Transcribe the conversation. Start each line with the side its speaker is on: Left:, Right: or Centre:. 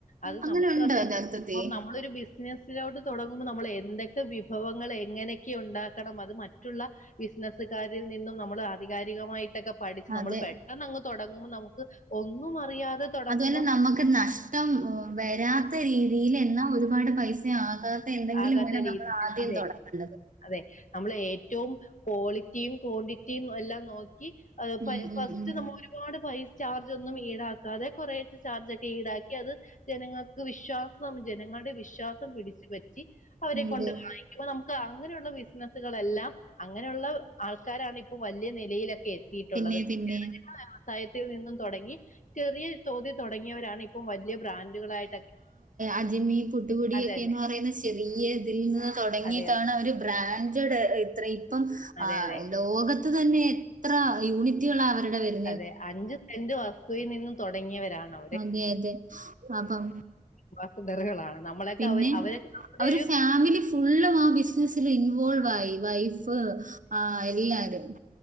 Left: അത്
Right: അങ്ങനെ
Left: നമുക്ക്
Right: ഉണ്ടോ
Left: അത്
Right: യഥാർത്ഥത്തിൽ
Left: ഇപ്പ നമ്മളൊരു ബിസിനസ്സിലോട്ട് തുടങ്ങുമ്പോൾ, നമ്മൾ എന്തൊക്കെ വിഭവങ്ങൾ എങ്ങനെയൊക്കെ ഉണ്ടാക്കണം. അത് മറ്റുള്ള ബിസിനസുകാരിൽ നിന്നും നമ്മള് ആധികാരികമായി പഠിച്ച് നമ്മൾ
Right: അത്
Left: പെട്ടെന്ന് അങ്ങ് തോടങ്ങുമ്പോൾ നമുക്ക് ഒന്നും അറിയാതെ തുടങ്ങുമ്പോൾ
Right: അതുപലെ നമുക്ക്
Left: നമ്മളെ
Right: നഷ്ടം വരാത്ത രീതിയിൽ എന്നാ ഒരുപാട് പൈസ ആകാ എന്തെങ്കിലും
Left: ആകാത്ത
Right: വേണം നമ്മൾ
Left: രീതി
Right: ആദ്യം
Left: അതെ
Right: തൊടങേണ്ടത്
Left: അതെ നമ്മള് ഏറ്റവും ക്വാളിറ്റിയും ക്വാണ്ടിറ്റിയും എല്ലാം നോക്കി അതിപ്പ
Right: ഉം ഉം
Left: ഫസ്റ്റ്
Right: ഉം
Left: നമ്മളൊരു ഒരുപാട് പൈസ ചാർജ് ഒന്നും ഈടാക്കാതെ കുറേ ചാർജ് ഒക്കെ ഈടാക്കി അത്. ജനങ്ങൾക്ക് വിശ്വാസം ജനങ്ങളുടെ വിശ്വാസം പിടിച്ചുപറ്റി അവരെ കൊണ്ട്
Right: അതെ
Left: വങ്ങ ഇപ്പൊ നമുക്ക് അങ്ങനെയുള്ള ബിസിനസ്സുകളെല്ലാം അങ്ങനെയുള്ള ആൾക്കാരാണ് ഇപ്പ വലിയ നിലയിലൊക്കെ എ യിട്ടുള്ളത്.
Right: പിന്നെ
Left: <unintelligible>
Right: പിന്നെ
Left: വ്യവസായത്തിൽ നിന്നും തുടങ്ങി ചെറിയ തോതി തുടങ്ങിയവരാണ് ഇപ്പ ഇപ്പം വലിയ ബ്രാൻഡുകളായിട്ടൊക്കെ
Right: അജിമി പുട്ട്പൊടിയൊക്കെയന്ന്
Left: അതന്നെ
Right: പറയുന്ന ചെറിയ ഇതിൽ നിന്ന് തുടങ്ങിയിട്ടാണ്
Left: അതെ അതെ
Right: അവര് ബ്രാൻഡ് ഇ ഇപ്പം
Left: അതെ അതെ
Right: ലോകത്ത് തന്നെ എത്ര യൂണിറ്റുകൾ അവരുടെ വരു
Left: അതെ അഞ്ച് സെന്റ് വസ്തുവിൽ നിന്നും തുടങ്ങിയവരാണ് ന
Right: അതെയതെ അപ്പം
Left: വസഡറുകളാണ് നമ്മളൊക്കെ
Right: പിന്നെ
Left: അവർ അവരൊ നമ്മുടെ
Right: അവര്
Left: ഒരു
Right: ഫാമിലി ഫുള്ളും ആ ബിസിനസ്സില് ഇൻവോൾവായി, വൈഫ് ആഹ് എല്ലാരും.